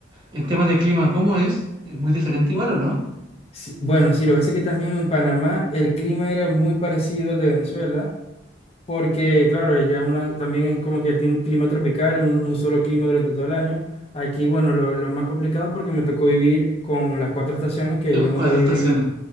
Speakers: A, on the right; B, on the left.
A: En temas de clima, ¿cómo es? ¿Es muy diferente igual o no?
B: Sí, bueno, sí, lo que pasa es que también en Panamá el clima era muy parecido al de Venezuela Porque, claro, ella es una, también es como que tiene un clima tropical, un, un solo clima durante todo el año. Aquí, bueno, lo, lo más complicado porque me tocó vivir con las cuatro estaciones que
A: Las
B: yo nunca
A: cuatro
B: había
A: estaciones,
B: vivido.